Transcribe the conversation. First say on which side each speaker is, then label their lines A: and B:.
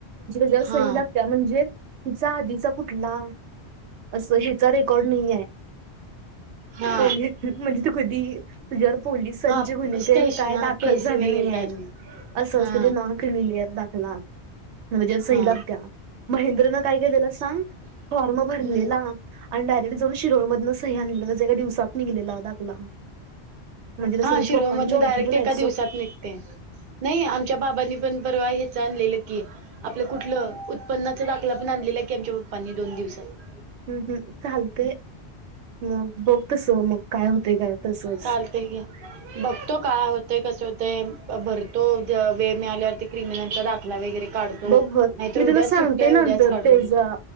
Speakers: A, on the right; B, on the right.
A: जस
B: हा
A: ही लागत म्हणजे तिचा आधीचा कुठला असं हेचा रेकॉर्ड नाही आहे
B: हा
A: पोलीस म्हणजे जर पोलिसांचे
B: हा
A: गुन्हे
B: स्टेशन
A: ते काय
B: हा
A: दाखल
B: केस
A: झाले
B: वगैरे
A: नाही
B: काय
A: आहेत असं
B: हा
A: असत ते नॉन किमिलियर दाखला म्हणजे सही
B: हा
A: लागत्या महेंद्रनं काय केलेलं सांग फॉर्म भरलेला
B: हम्म
A: आणि डायरेक्ट जाऊन शिरोळ मधनं सह्या आणलं ज एका दिवसात निघलेला दाखला म्हणजे तसं
B: हा
A: आमच्या
B: शिरोळ
A: पप्पांच्या
B: मधन
A: ओळखी
B: डायरेक्ट
A: पण
B: एका
A: आहेत सोड
B: दिवसात निघते नाही आमच्या बाबांनी पण परवा आणलेलं की आपलं कुठलं उत्पन्नाचा दाखला पण आणलेला की आमच्या पप्पांनी दोन दिवसात
A: हम् हम् चालतय मग बघ तस मग काय होतेय काय तसच
B: चालतय की बघतो काय होतेय कस होतेय भरतो वेळ मिळाल्यावरती क्रिमिनलचा दाखला ला वगैरे काढतो
A: बघ भर
B: नाहीतर
A: मी तुला
B: उद्याच
A: सांगते
B: सुट्टी आहे
A: नंतर
B: उद्याच काढून
A: तेजा
B: घेतो.